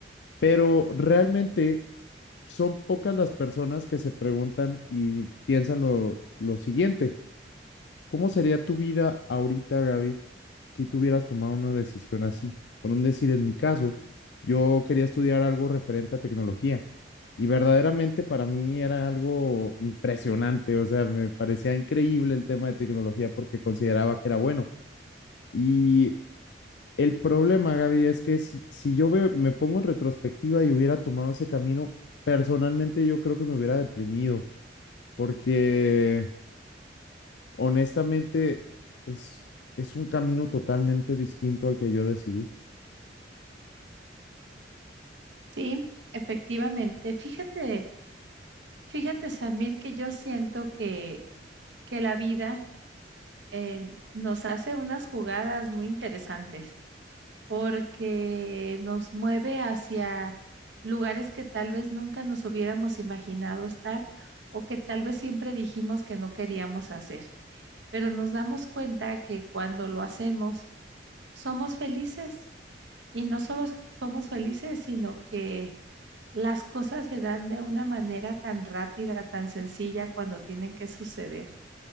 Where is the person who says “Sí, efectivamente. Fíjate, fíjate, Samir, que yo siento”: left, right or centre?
Right